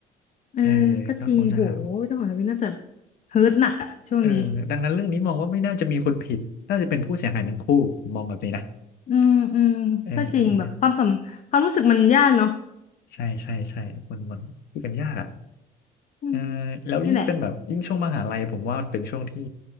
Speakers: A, on the left; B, on the left.
A: เออก็จริงโหเจ้าของทวิตน่าจะ
B: เออก็คงจะหา
A: เฮิร์ตหนักอะช่วงนี้
B: เออดังนั้นเรื่องนี้มองว่าไม่น่าจะมีคนผิดน่าจะเป็นผู้เสียหายทั้งคู่มองแบบนี้นะ
A: อืมอืมก็จริงแบบความสมความรู้สึกมันยากเนาะ
B: เออเออใช่ใช่ใช่มันมันคุยกันยากอ่ะ
A: อืม
B: เออแล้วยิ่งเป็นแบบยิ่งช่วงมหาลัยผมว่ามันเป็นช่วงที่
A: นี่แหละ